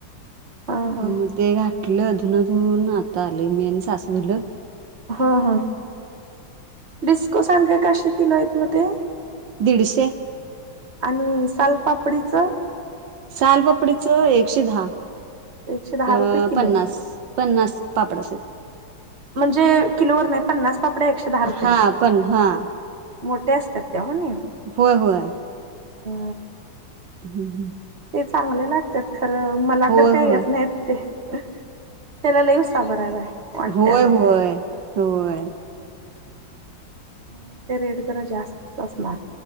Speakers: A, on the right; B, on the right.
A: ह ह
B: हम ते घा टलं, धूनं धुवुन आता आलंय मी आणि सासू धुलो.
A: हा हा डिस्को सांडग कसे किलो आहेत मग ते?
B: दीडशे
A: आणि साल पापडीच?
B: सालपापडीचं एकशे दहा.
A: एकशे दहा
B: अं
A: रुपये किलो
B: पन्नास पन्नास पापडाच.
A: म्हणजे किलोवर नाही पन्नास पापड्या एकशे दहा रुपयेला
B: हा पण हां
A: मोठे असतात. त्या नी
B: होय होय.
A: हो
B: <inaudible>
A: ते चांगले लागत्यात. खरं मला
B: होय
A: तर काही
B: होय
A: येत नाही ते त्याला लई <unintelligible> आहे वाटते
B: होय
A: आम्हाला.
B: होय होय.
A: म्हणून ते रेट जरा जास्तच असणार.